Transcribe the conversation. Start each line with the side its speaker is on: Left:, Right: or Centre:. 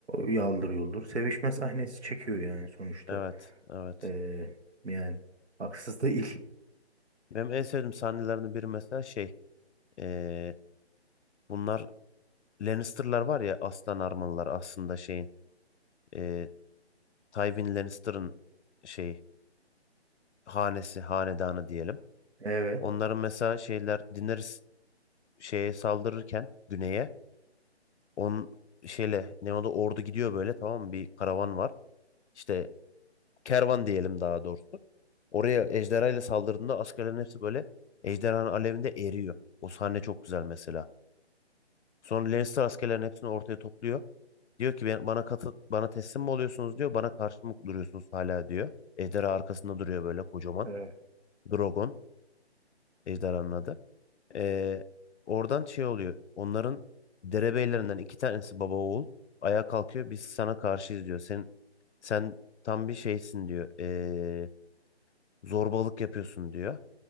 Right: e, yaldır yuldur sevişme sahnesi çekiyor yani sonuçta.
Left: Evet, evet.
Right: E, yani haksız değil. <laughs>
Left: Benim en sevdiğim sahnelerden biri mesela şey. eee, bunlar Lannister'lar var ya aslan armalılar aslında şeyin. eee, Tywin Lannister'ın şeyi hanesi, hanedanı diyelim.
Right: Evet.
Left: Onların mesela şeyler Daenerys şeye saldırırken güneye on şeyle ne oldu ordu gidiyor böyle tamam mı bir karavan var. İşte kervan diyelim daha doğrusu. Oraya ejderha saldırdığında askerlerin hepsi böyle ejderhanın alevinde eriyor. O sahne çok güzel mesela. Sonra Lannister askerlerin hepsini ortaya topluyor. Diyor ki ben, bana katı, bana teslim mi oluyorsunuz diyor. Bana karşı mı duruyorsunuz hala diyor. Ejderha arkasında duruyor böyle kocaman.
Right: Evet.
Left: Drogon ejderhanın adı. Ee, oradan şey oluyor. Onların derebeylerinden iki tanesi baba oğul. Ayağa kalkıyor. Biz sana karşıyız diyor. Sen, sen tam bir şeysin diyor. Ee, zorbalık yapıyorsun diyor.